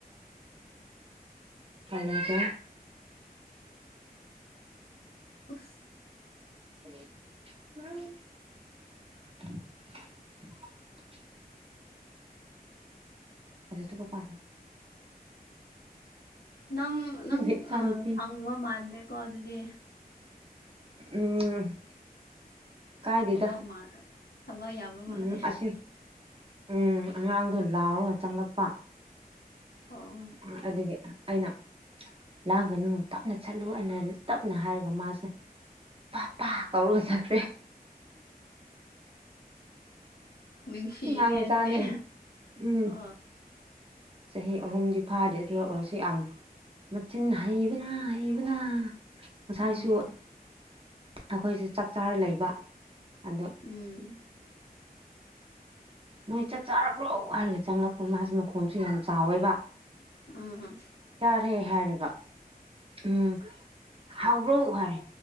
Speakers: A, on the right; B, on the left.
A: ꯇꯜꯂꯦꯗ
B: ꯎꯐ
A: <inaudible> ꯑꯗꯨ ꯊꯨꯞꯄ ꯄꯥꯗꯦ
B: <inaudible> ꯅꯪ ꯅꯪ
A: ꯏꯆꯥ
B: ꯑꯥ
A: ꯅꯨꯨꯄꯤ
B: ꯁꯪꯕ ꯃꯥꯟꯗ꯭ꯔꯦꯀꯣ ꯑꯗꯨꯗꯤ
A: ꯎꯝ ꯀꯥꯏꯗꯦꯗ
B: ꯊꯕꯛ ꯃꯥ ꯊꯕꯛ ꯌꯥꯝꯕ
A: ꯎꯝ
B: ꯃꯥꯜꯂꯦ
A: ꯑꯁꯤ ꯎꯝ ꯑꯉꯥꯡꯗꯣ ꯂꯥꯎꯔꯒ ꯆꯪꯂꯛꯄ
B: ꯑꯣ
A: ꯎꯝ ꯑꯗꯨꯒꯤ ꯑꯩꯅ ꯂꯥꯡꯒꯅꯨ ꯇꯞꯅ ꯆꯠꯂꯨ ꯑꯩꯅ ꯇꯞꯅ ꯍꯥꯏꯔꯒ ꯃꯥꯁꯦ ꯄꯥ ꯄꯥ ꯀꯧꯔꯒ ꯆꯈ꯭ꯔꯦ
B: <inaudible> ꯅꯨꯡꯁꯤꯅꯦ
A: ꯑꯉꯥꯡ ꯃꯆꯥꯅꯦ
B: ꯑꯗꯨꯗꯦ
A: ꯎꯝ
B: ꯑ
A: ꯆꯍꯤ ꯑꯍꯨꯝꯗꯤ ꯐꯥꯗꯦ ꯑꯗꯨ ꯑꫭꯏꯔꯁꯨ ꯌꯥꯝ ꯃꯆꯤꯟ ꯍꯩꯕꯅ ꯍꯩꯕꯅ ꯉꯁꯥꯏꯁꯨ
B: ꯎꯝ
A: ꯑꯩꯈꯣꯏꯁꯦ ꯆꯥꯛ ꯆꯥꯔ ꯂꯩꯕ ꯑꯗꫭ
B: ꯎꯝ
A: ꯅꯣꯏ ꯆꯠ ꯆꯥꯔꯕ꯭ꯔꯣ ꯍꯥꯏꯔꯒ ꯆꯪꯂꯛꯄ ꯃꯥꯁꯦ ꯃꯈꯣꯟꯁꯨ ꯌꯥꯝ ꯆꯥꯎꯋꯦꯕ
B: ꯎꯝ
A: ꯍꯩ ꯍꯥꯏꯔꯒ ꯎꯝ ꯍꯥꯎꯕ꯭ꯔꯣ ꯍꯥꯏꯔ